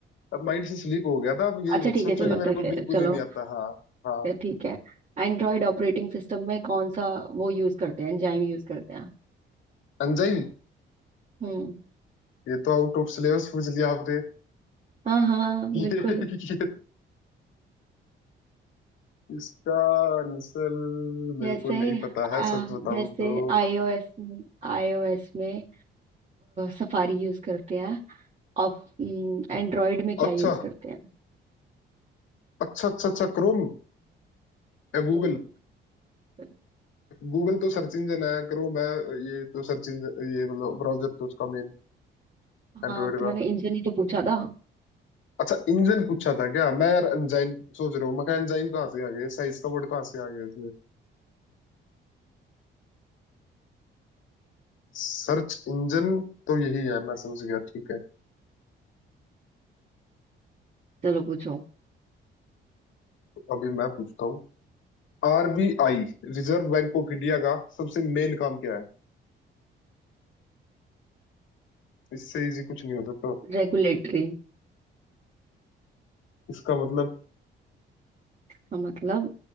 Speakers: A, on the left (about 75°); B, on the right (about 35°).
A: अब माइंड से स्लिप हो गया था अब ये
B: अच्छा
A: मत
B: ठीक
A: सोचो
B: है चलो
A: कि मेरे
B: ठीक
A: को
B: है
A: बिल्कुल
B: चलो
A: ही नहीं आता हाँ हाँ
B: ठीक है एंड्रॉइड ऑपरेटिंग सिस्टम में कौन सा वो यूज करते हैं एंजाइम यूज करते हैं
A: अंजाइन
B: हम्म,
A: ये तो आउट ऑफ सिलेबस पूछ लिया आपने
B: हाँ हाँ
A: ये
B: बिल्कुल
A: ये इसका आंसर मेरे
B: जैसे
A: को नहीं पता
B: आ,
A: है सच बताऊं
B: जैसे
A: तो
B: आईओएस में आईओएस में सफारी यूज करते हैं और एंड्रॉयड में क्या
A: अच्छा
B: यूज करते हैं
A: अच्छा अच्छा अच्छा क्रोम या गूगल
B: हम्म, बिल्कुल।
A: गूगल तो सर्च इंजन है क्रोम है ये तो सर्च इंजन ये मतलब ब्राउजर तो उसका मेन एंड्रॉइड
B: हाँ तो
A: का
B: मैंने इंजन ही तो पूछा था
A: अच्छा इंजन पूछा था क्या मैं यार एंजाइन सोच रहा हूँ मैं एंजाइन कहाँ से आ गया साइज का वर्ड कहाँ से आ गया सर्च इंजन तो यही है मैं समझ गया ठीक है
B: चलो पूछो
A: तो अभी मैं पूछता हूँ आरबीआई reserve Bank of India का सबसे मेन काम क्या है इससे इजी कुछ नहीं हो सकता
B: रेगुलेटरी
A: इसका मतलब
B: का मतलब